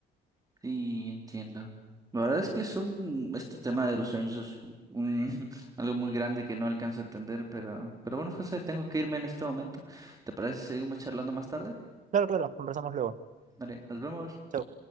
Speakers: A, on the right; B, on the right.
A: sí, entiendo. La verdad es que es un, este tema de los sueños es un, <laughs> algo muy grande que no alcanzo a entender, pero, pero bueno, José, tengo que irme en este momento. ¿Te parece si seguimos charlando más tarde?
B: Claro, claro, conversamos luego.
A: Vale, nos vemos.
B: Chao.